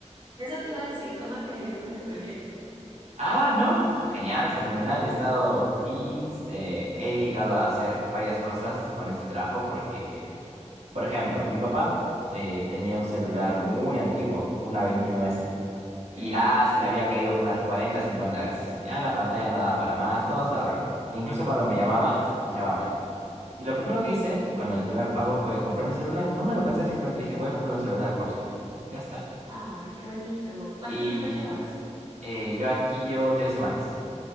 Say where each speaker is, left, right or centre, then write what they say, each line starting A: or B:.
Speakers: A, on the right; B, on the right.
A: Eso te iba a decir, ¿cómo te ha ido con el proyecto?
B: Ah, no, genial, fenomenal, he estado feliz, eh, he llegado a hacer varias cosas con este trabajo porque, por ejemplo, mi papá eh, tenía un celular muy antiguo, una 21S, y
A: Ujú,
B: ya se le había caído como unas 40, 50 veces. Ya la pantalla no daba para más, todo estaba horrible. Incluso cuando me llamaba se escuchaba mal. Y lo
A: Ok.
B: primero que hice con el primer pago fue comprar un celular. No me lo pensé, simplemente dije, voy a comprar un celular el próximo día. Ya está.
A: Ay, qué bonito. ¿Cuánto
B: Y
A: tiempo llevas?
B: eh, yo aquí llevo tres semanas.